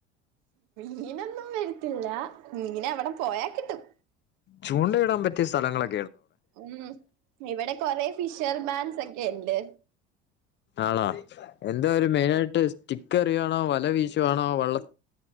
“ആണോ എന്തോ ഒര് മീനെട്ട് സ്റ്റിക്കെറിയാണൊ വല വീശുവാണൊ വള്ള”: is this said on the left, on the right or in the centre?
Left